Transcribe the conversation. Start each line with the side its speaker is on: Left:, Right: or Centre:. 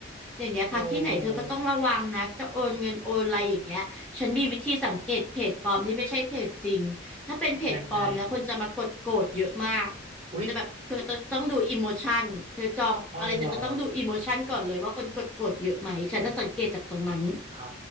Centre: อย่างเงี้ยพักที่ไหนเธอก็ต้องระวังนะจะโอนเงินโอนอะไรอย่างเงี้ยฉันมีวิธีสังเกตเพจปลอมที่ไม่ใช่เพจจริงถ้าเป็นเพจปลอมนะคนจะมากดโกรธเยอะมาก
Right: เออยังไงอุ๊ย
Centre: จะแบบคือต้องต้องดูอิโมชันเธอจองอะไรเธอจะต้องดูอิโมชันก่อนเลยว่าคนกดโกรธเยอะไหมฉันน่ะสังเกตจากตรงนั้น
Right: อ๋อเหรออมอ๋อ